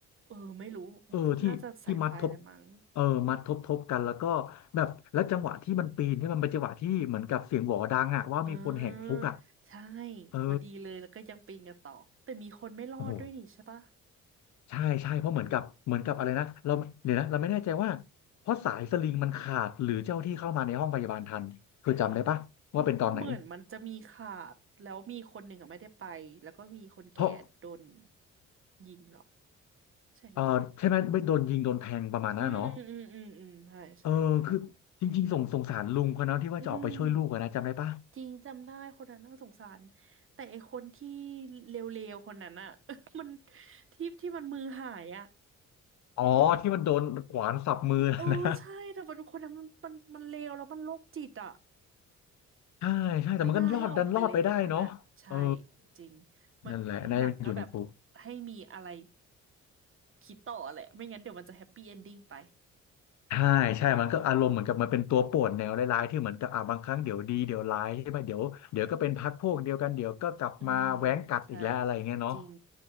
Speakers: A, on the right; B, on the left.
A: เออไม่รู้
B: เออที่ที่มัดทบ
A: น่าจะสายไฟแหละมั้ง
B: เออมัดทบทบกันแล้วก็แบบแล้วจังหวะที่มันปีนที่มันเป็นจังหวะที่เหมือนกับเสียงหวอดังอะว่ามีคนแหกคุกอะ
A: เออใช่
B: เออ
A: พอดีเลยแล้วก็ยังปีนกันต่อแต่มีคนไม่รอดด้วยนี่ใช่ปะ
B: โอ้โหใช่ใช่เพราะเหมือนกับเหมือนกับอะไรนะเราเดี๋ยวนะเราไม่แน่ใจว่าเพราะสายสลิงมันขาดหรือเจ้าที่เข้ามาในห้องพยาบาลทันเคอจำได้ปะว่าเป็นตอนไหน
A: เหมือนมันจะมีขาดแล้วมีคนหนึ่งอะไม่ได้ไปแล้วก็มีคนแก่โดน
B: เพราะ
A: ยิงเหรอใช่หรือเปล่า
B: เออใช่ไหมไม่โดนยิงโดนแทงประมาณนั้นอะเนาะ
A: อืมอืมอืมอืมอืมใช่ใช่นั่นแหละ
B: เออคือจริงๆสงสงสารลุงคนนั้นที่ว่าจะออกไปช่วยลูกอะนะจำได้ปะ
A: อืมจริงจำได้คนนั้นน่าสงสารแต่ไอคนที่เลวๆคนนั้นอะ <laughs> มันที่ที่มันมือหายอะ
B: อ๋อที่มันโดนขวานสับมือ <laughs>
A: เออใช่แต่ว่าทุกคนนั้นมันมันมันเลวแล้วมันโรคจิตอะ
B: นะ ใช่ใช่แต่มันก็รอดดันรอดไปได้เนาะเออ
A: ไม่น่าให้ออกไปเลยอันนั้นอ่ะใช่จริงมันหนังก็แบบ
B: นั่นแหละนายมันอยู่ในคุก
A: ให้มีอะไรคิดต่อแหละไม่งั้นเดี๋ยวมันจะแฮปปี้เอนดิ้งไป
B: ใช่ใช่มันก็อารมณ์เหมือนกับมันเป็นตัวป่วนแนวร้ายๆที่เหมือนกับอ่าบางครั้งเดี๋ยวดีเดี๋ยวร้ายใช่ไหมเดี๋ยวเดี๋ยวก็เป็นพรรคพวกเดียวกันเดี๋ยวก็กลับมาแว้งกัดอีกแล้วอะไรอย่างเงี้ยเนาะ
A: อืมใช่จริง